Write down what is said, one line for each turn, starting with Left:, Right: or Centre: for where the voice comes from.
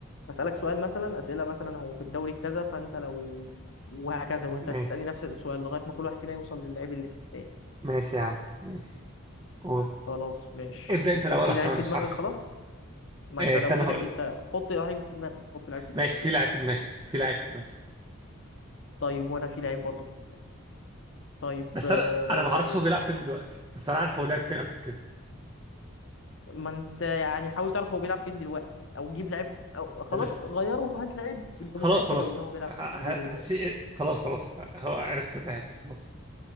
Left: اسالك سؤال مثلا اسئله مثلا هو في الدوري كذا فانت لو وهكذا وانت
Right: ماشي
Left: هتسالني نفس السؤال لغايه ما كل واحد فينا يوصل للعيب اللي في التاني
Right: ماشي يا عم ماشي قول
Left: خلاص ماشي
Right: ابدأ انت الاول
Left: في
Right: عشان
Left: لعيب
Right: انا
Left: في
Right: مش
Left: دماغك
Right: عارف
Left: خلاص ما
Right: إيه
Left: انت
Right: استنى
Left: لو في
Right: هقول
Left: لع-
Right: لك
Left: انت حط لعيب في دماغك حط لعيب في دماغك
Right: ماشي في
Left: بس
Right: لاعب
Left: اهم
Right: في دماغي
Left: حاجه
Right: في لاعب في دماغي
Left: طيب وانا في لعيب برضه في دماغي. طيب
Right: بس
Left: آه،
Right: انا انا ما اعرفش هو بيلعب فين دلوقتي بس انا عارف هو لعب فين قبل كده
Left: ما انت يعني حاول تعرف هو بيلعب فين دلوقتي او جيب لعيب أو خلاص
Right: لا بس
Left: غيره وهات لعيب انت
Right: خلاص
Left: متاكد
Right: خلاص
Left: ان
Right: ه-
Left: هو بيلعب
Right: ه-
Left: في النادي ده دلوقتي
Right: هسي إيه؟ خلاص خلاص هو عرفت اللاعب خلاص